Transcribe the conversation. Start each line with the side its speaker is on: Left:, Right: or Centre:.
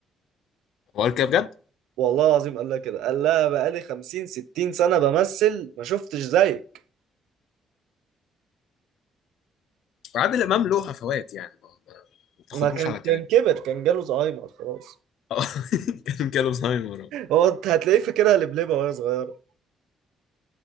Left: هو قال كده بجد؟
Right: والله العظيم قال لها كده قال لها بقالي 50 60 سنه بمثل ما شفتش زيك
Left: وعادل امام له هفوات يعني ما ما تاخدوش
Right: ما كان
Left: على
Right: كان
Left: كلامه
Right: كبر كان جاله زهايمر خلاص
Left: آه. <laughs> كان جاله الزهايمر
Right: هو انت هتلاقيه فاكرها لبلبه وهي صغيره